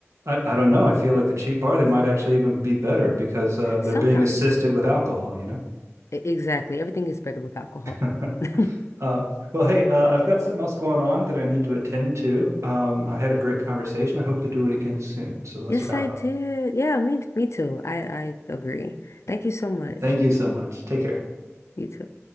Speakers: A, on the right; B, on the left.
A: I, I don't know. I feel like the cheap bar, they might actually even be better because uh, they're
B: Sometimes.
A: being assisted with alcohol, you know?
B: E- exactly. Everything is better with alcohol.
A: <laughs>
B: <laughs>
A: Uh, well, hey, uh, I've got something else going on that I need to attend to. Um, I had a great conversation. I hope to do it again soon. So let's
B: Yes,
A: wrap
B: I
A: up.
B: did. Yeah, me me too. I I agree. Thank you so much.
A: Thank you so much. Take care.
B: You too.